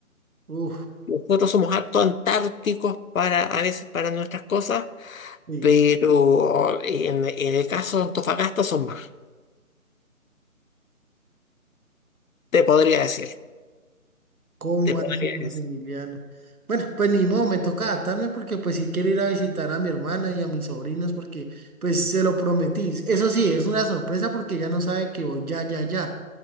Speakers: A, on the right; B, on the left.
A: Uf,
B: Nosotros somos harto antárticos para, a veces para nuestras cosas,
A: sí,
B: pero en, en el caso de Antofagasta son más. Te podría decir,
A: ¿cómo
B: te podría
A: así, Maximiliano?
B: decir.
A: Bueno, pues ni modo, me toca adaptarme porque pues sí quiero ir a visitar a mi hermana y a mis sobrinos porque pues se lo prometí. Eso sí, es una sorpresa porque ya no sabe que voy ya, ya, ya.